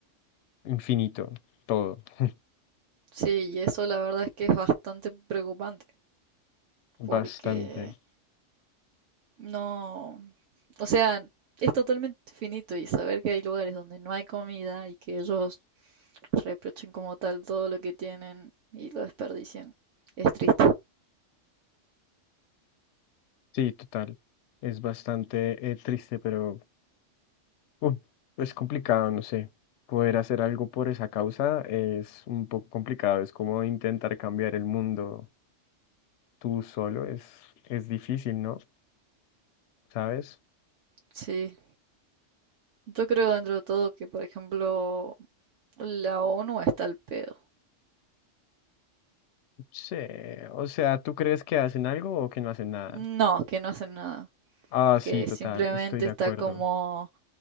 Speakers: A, on the left (about 70°); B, on the right (about 75°).
A: infinito todo, <laughs>
B: Sí, y eso la verdad es que es bastante preocupante.
A: bastante.
B: porque no, o sea, es totalmente finito y saber que hay lugares donde no hay comida y que ellos reprochen como tal todo lo que tienen y lo desperdicien es triste.
A: Sí, total. Es bastante eh, triste, pero uf, es complicado, no sé. Poder hacer algo por esa causa es un poco complicado. Es como intentar cambiar el mundo tú solo. Es, es difícil, ¿no? ¿Sabes?
B: Sí, yo creo dentro de todo que, por ejemplo, la ONU está al pedo.
A: Sí. O sea, ¿tú crees que hacen algo o que no hacen nada?
B: No, que no hacen nada,
A: Ah,
B: que
A: sí, total.
B: simplemente
A: Estoy de
B: está
A: acuerdo.
B: como